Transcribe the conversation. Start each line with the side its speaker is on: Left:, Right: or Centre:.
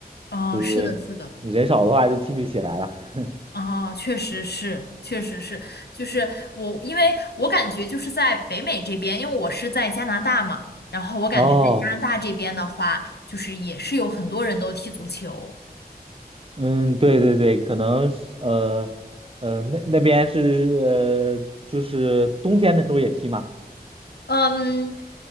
Left: 哦，
Right: 就是人少的话就踢不起来了。
Left: 是的，是的。
Right: <laughs>
Left: 哦，确实是，确实是，就是我，因为我感觉就是在北美这边，因为我是在加拿大嘛，然后我感觉在加拿大这边的话，
Right: 哦，
Left: 就是也是有很多人都踢足球，
Right: 嗯，对对对，可能是呃呃那那边是呃就是冬天的时候也踢嘛。
Left: 嗯，